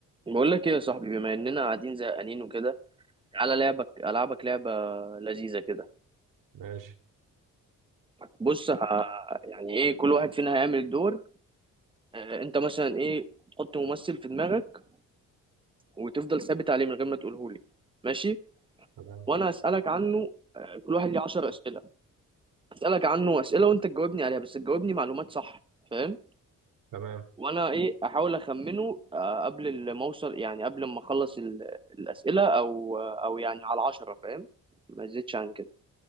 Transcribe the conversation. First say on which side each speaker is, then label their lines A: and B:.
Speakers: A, on the right; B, on the right.
A: بقول لك ايه يا صاحبي بما اننا قاعدين زهقانين وكده على لعبك العبك لعبه لذيذه كده
B: ماشي
A: بص ه- يعني ايه كل واحد فينا هيعمل دور آه، انت مثلا ايه تحط ممثل في دماغك وتفضل ثابت عليه من غير ما تقوله لي ماشي
B: تمام
A: وانا هسالك عنه كل واحد ليه 10 اسئله هسالك عنه اسئله وانت تجاوبني عليها بس تجاوبني معلومات صح فاهم
B: تمام
A: وانا ايه احاول اخمنه آه، قبل ما اوصل يعني قبل ما اخلص ال- الاسئله او آه، او يعني على 10 فاهم ما زيدش عن كده